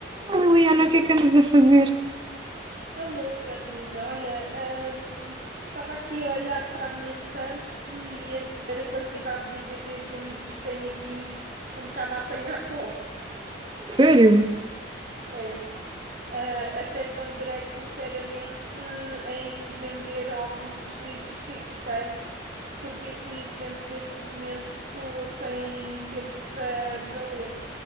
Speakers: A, on the right; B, on the right.
A: Ah, Liliana, o que é que andas a fazer?
B: Alô, Carolina. Olha, hum, estava aqui a olhar para a minha estante e a ver a quantidade de DVDs e livros que tenho aqui, um bocado a apanhar pó.
A: Sério?
B: É. Ah, até ponderei sinceramente em vender alguns dos livros que aqui tenho, porque infelizmente neste momento estou sem tempo para para ler.